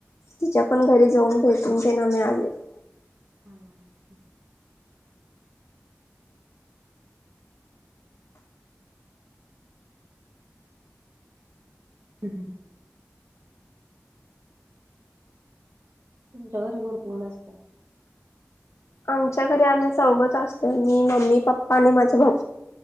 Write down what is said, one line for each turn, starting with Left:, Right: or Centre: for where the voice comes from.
Left: तिच्या पण घरी जाऊन भेटून ते ना आ मी आलेलो.
Right: हा.. हा.. हम्.. हम्.. तुमच्या घरी कोण कोण असत.
Left: आमच्या घरी आम्ही चौघेच असतो मी मम्मी पप्पा आणि माझ भाऊ.